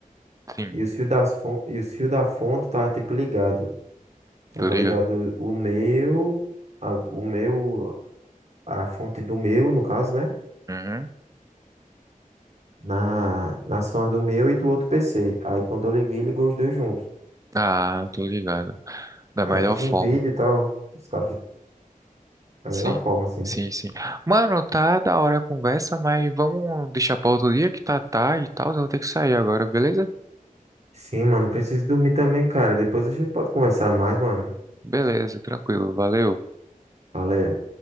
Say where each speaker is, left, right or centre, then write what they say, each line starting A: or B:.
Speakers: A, on the right; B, on the right.
A: sim,
B: e os fios das fon- e os fios da fonte tava tipo ligado. Tava
A: tô ligado.
B: ligado o meu, a- o meu, a fonte do meu, no caso, né?
A: Uhum.
B: Na, nas fontes do meu e do outro PC. Aí quando eu liguei, ligou os dois juntos.
A: Ah, tô ligado. Da
B: Aí
A: melhor
B: eu fiz
A: forma.
B: um vídeo e tal. Os caras fizeram da
A: Sim,
B: melhor forma, assim.
A: sim, sim. Mano, tá da hora a conversa, mas vamos deixar pra outro dia que tá tarde e tal. Eu vou ter que sair agora, beleza?
B: Sim, mano, preciso dormir também, cara. Depois a gente pode conversar mais, mano.
A: Beleza, tranquilo. Valeu.
B: Valeu.